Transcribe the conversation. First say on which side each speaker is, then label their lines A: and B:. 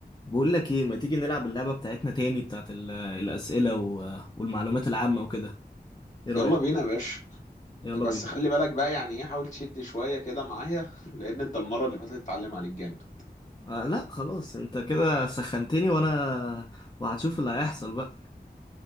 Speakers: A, on the left; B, on the left.
A: بقول لك ايه ما تيجي نلعب اللعبة بتاعتنا تاني بتاعت ال- الأسئلة و- والمعلومات العامة وكده ايه رأيك
B: يلا بينا يا باشا
A: يلا
B: بس
A: بينا
B: خلي بالك بقى يعني ايه حاول تشد شوية كده معايا <laughs> لأن انت المرة اللي فاتت اتعلم عليك جامد
A: آه لا خلاص انت كده سخنتني وانا وهتشوف اللي هيحصل بقى